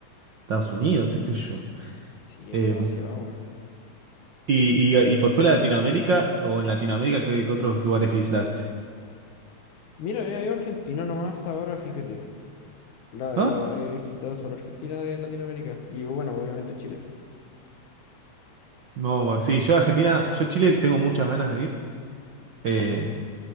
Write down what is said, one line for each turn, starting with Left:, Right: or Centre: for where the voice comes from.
Right: Estados Unidos, qué sé yo.
Left: Sí,
Right: Eh,
Left: es demasiado, weón.
Right: y, y, y por fuera de Latinoamérica, o en Latinoamérica, ¿qué, qué otros lugares visitaste?
Left: Mira, he ido a Argentina nomás hasta ahora, fíjate. La,
Right: ¿No?
Left: he visitado solo Argentina de Latinoamérica. Y bueno, obviamente Chile.
Right: No, bueno, sí, yo a Argentina, yo a Chile tengo muchas ganas de ir. Eh,